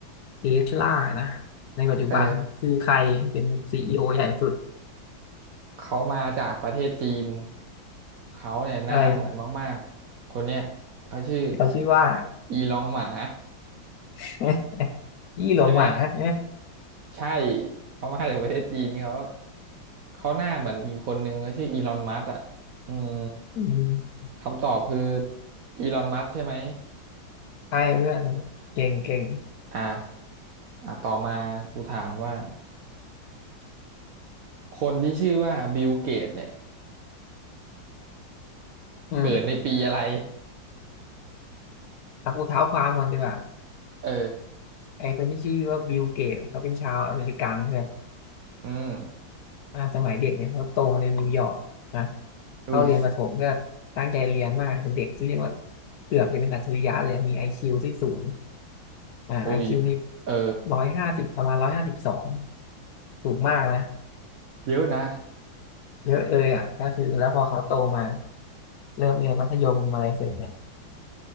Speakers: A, on the left; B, on the right.
A: เทสลานะในปัจจุบันคือใครเป็นซีอีโอใหญ่สุด
B: เออเขามาจากประเทศจีนเขาเนี่ยหน้าเหมือนมากๆคนเนี้ยเขาชื่อ
A: อะไรเขาชื่อว่า
B: อีลองหมา
A: <laughs> ยี่หลงหวาเอ๊ะ
B: ใช่ไหมใช่เขามาจากประเทศจีนเขาเขาหน้าเหมือนอีกคนนึงเขาชื่ออีลอนมัสก์อ่ะอืม
A: อืม
B: คำตอบคืออีลอนมัสก์ใช่ไหม
A: ใช่เพื่อนเก่งเก่ง
B: อ่ะอ่ะต่อมากูถามว่า คนที่ชื่อว่าบิลเกตเนี่ย
A: อืม
B: เกิดในปีอะไร
A: แต่กูเท้าความก่อนดีกว่า
B: เออ
A: ไอคนที่ชื่อว่าบิลเกตเขาเป็นชาวอเมริกันเพื่อน
B: อืม
A: อ่าสมัยเด็กเนี่ยเขาโตในนิวยอร์กนะเข้าเรียนประถมก็
B: อุ้ย
A: ตั้งใจเรียนมากเป็นเด็กที่เรียกว่าเกือบจะเป็นอัจฉริยะเลยมีไอคิวที่สูงอ่าไอคิวมี
B: อุ้ยเออ
A: ร้อยห้าสิบประมาณร้อยห้าสิบสองสูงมากนะ
B: เยอะนะ
A: เยอะเลยอ่ะก็คือแล้วพอเขาโตมาเริ่มเรียนมัธยมอะไรเสร็จเนี่ย